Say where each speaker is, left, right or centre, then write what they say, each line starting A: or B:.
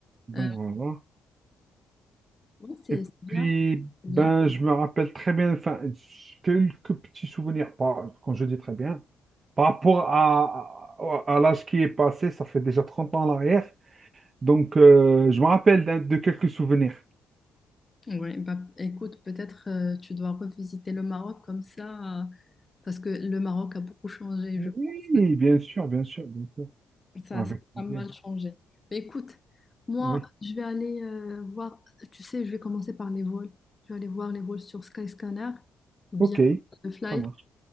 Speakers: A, on the right; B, on the left.
A: Donc
B: Euh,
A: voilà.
B: ouais, c'est
A: Et
B: c'est bien.
A: puis,
B: C'est
A: ben,
B: bien.
A: je me rappelle très bien, enfin, quelques petits souvenirs, pas, quand je dis très bien, par rapport à, à, à l'âge qui est passé, ça fait déjà 30 ans en arrière. Donc, euh, je me rappelle d'un- de quelques souvenirs.
B: Ouais, bah, écoute, peut-être euh, tu dois revisiter le Maroc comme ça, euh, parce que le Maroc a beaucoup changé,
A: Oui,
B: je pense.
A: bien sûr, bien sûr, bien sûr.
B: Ça,
A: Avec
B: ça
A: plaisir.
B: a pas mal changé. Mais écoute, moi,
A: Oui.
B: je vais aller euh, voir, tu sais, je vais commencer par les vols. Je vais aller voir les vols sur Skyscanner ou bien
A: Ok,
B: le Flight.
A: ça marche.